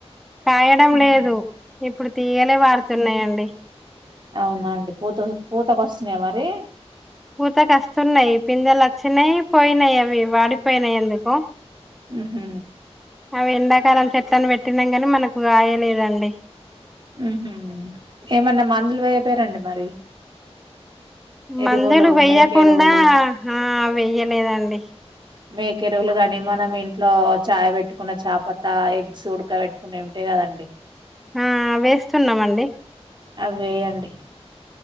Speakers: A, in the centre; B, on the right (about 45°).
A: కాయడం
B: హుహు.
A: లేదు ఇప్పుడు తీయలే పారుతున్నాయండి
B: అవునాండి పూత పూతకు వస్తున్నాయా మరి
A: పూత కస్తునయ్ పిందే లొచ్చి నై పోయినయి అవి వాడిపోయిని ఎందుకో
B: హుహు.
A: అవి ఎండక్ కారం చెట్లలను పెట్టినాం కానీ మనకు గాయ లేదండి
B: మ్ హు ఏమన్నా మందులు వెయపోయరండి మరి
A: మందులు
B: ఎరువులు,
A: వెయ్యకుండా
B: మేక ఎరువులు?
A: ఆ వెయ్యలేదండి
B: మేకెరువులు గాని మనం ఇంట్లో చాయ పెట్టుకున్న చాపతా ఎగ్స్ ఉడక పెట్టుకునే ఉంటయి కదా అండి
A: ఆ వేస్తున్నామండి
B: అవేయండి